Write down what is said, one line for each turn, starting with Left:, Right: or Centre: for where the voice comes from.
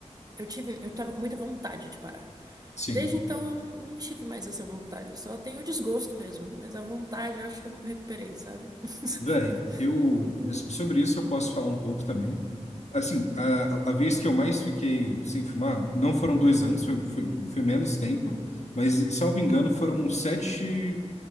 Right: eu tive, eu tava com muita vontade de parar.
Left: Sim.
Right: Desde então, eu não, não tive mais essa vontade. Eu só tenho o desgosto mesmo. Mas a vontade, eu acho que eu não recuperei, sabe? <laughs>
Left: Véi, eu
Right: Hum,
Left: sobre isso eu posso falar um pouco também. Assim, a, a vez que eu mais fiquei sem fumar, não foram dois anos, foi, foi, foi menos tempo, mas, salvo engano, foram sete